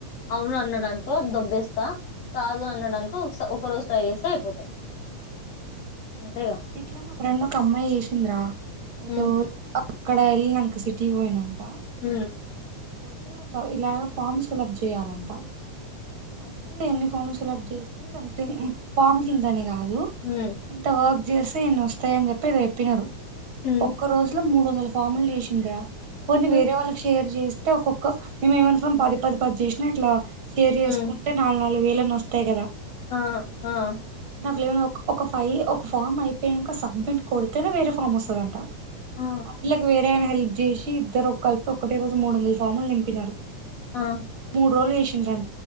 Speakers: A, on the left; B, on the right.
A: అవును అన్నాడాంట కొద్ద బెస్ట్ కాదు అనడానికి ఒక రోజు ట్రై చేస్తే అయిపోతది అంతేగా
B: ఇట్లా మా ఫ్రెండ్ ఒక అమ్మాయి చేసింద్రా ఏదో
A: ఉమ్
B: అక్కడ వెళ్ళిం నాక సిటీ పోయినాక
A: హ
B: అయితే ఇలాగ ఫామ్స్ ఫిల్ప్ చేయ్యాలంట అయితే ఎన్ని ఫామ్స్ ఫిల్ప్ చేస్తే సంథింగ్ ఫామ్ కిందని కాదు
A: ఉమ్
B: ఇంతవ చేస్తసి ఎన్ని వస్తాయ అని చెప్పి అది చెప్పినారు
A: ఉమ్
B: ఒక్క రోజు లో మూడు ఫమల్ రేషింద్రా కొన్ని
A: ఉమ్,
B: వేరే వాళ్ళకి షేర్ చేస్త అే ఒక్కొక్క మేముేమనుకున్నాం పది పది పది చేసినా అట్లా సేర్ చేేసుకుంటే
A: ఉమ్,
B: నాలుగు నాలుగు వేల నస్తయి
A: ఆ ఆ
B: నాకు లేమన్నా ఒక ఫై ఒక ఫామ్ అయిపోయాక సబ్మిట్ కొడితేనే వేరే ఫామ్ వస్తుందంట
A: ఆ
B: ఆిలాకవేర ఆయన హెల్ప్ చేసి ఇద్దరు ఒక కలిపి ఒకటి రోజు మూడు వందల ఫార్ములు నింపినారు
A: ఆ
B: మూడు రోజలు ఇష్ట రం